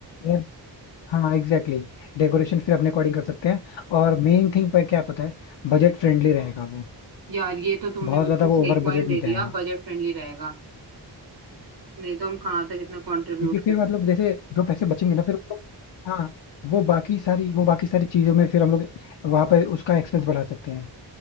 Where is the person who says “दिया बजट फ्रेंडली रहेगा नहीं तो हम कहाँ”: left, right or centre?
Right